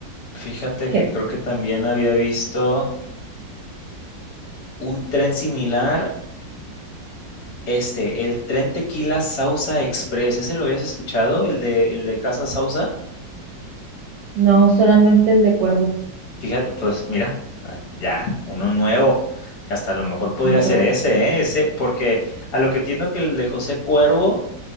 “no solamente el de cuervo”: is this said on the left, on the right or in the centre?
Right